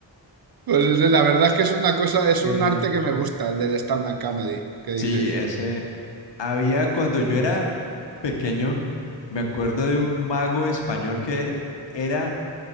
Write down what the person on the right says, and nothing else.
Pues es- la verdad es que es una cosa, es
un arte que me gusta, el del stand-up comedy, que dices.